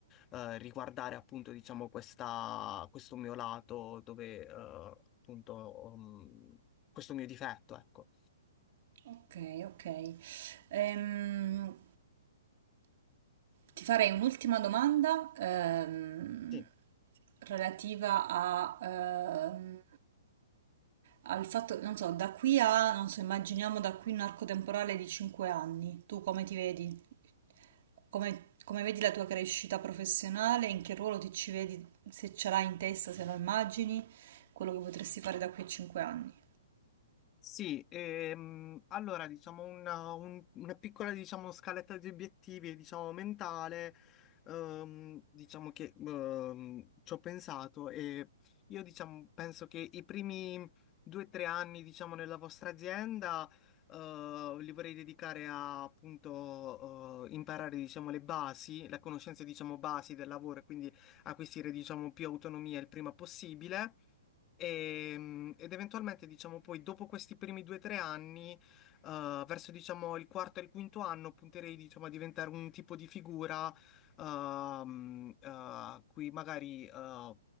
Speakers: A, on the left; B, on the right.
A: eh, riguardare appunto, diciamo, questa, questo mio lato dove, eh, appunto, um, questo mio difetto, ecco.
B: Ok, ok. Ehm, ti farei un'ultima domanda ehm,
A: Sì.
B: relativa a, ehm, al fatto, non so, da qui a, non so, immaginiamo da qui un arco temporale di 5 anni. Tu come ti vedi? Come, come vedi la tua crescita professionale? In che ruolo ti ci vedi? Se ce l'hai in testa, se lo immagini, quello che potresti fare da qui a 5 anni.
A: Sì, ehm, allora diciamo una, un- una piccola diciamo, scaletta di obiettivi diciamo, mentale, ehm, diciamo che ehm, ci ho pensato e io diciamo, penso che i primi due o tre anni diciamo, nella vostra azienda eh, li vorrei dedicare a appunto eh, imparare diciamo, le basi, la conoscenza diciamo, basi del lavoro e quindi acquisire diciamo, più autonomia il prima possibile. E- ed eventualmente, diciamo, poi dopo questi primi due o tre anni, eh, verso, diciamo, il quarto e il quinto anno, punterei, diciamo, a diventare un tipo di figura ehm, eh, a cui magari eh,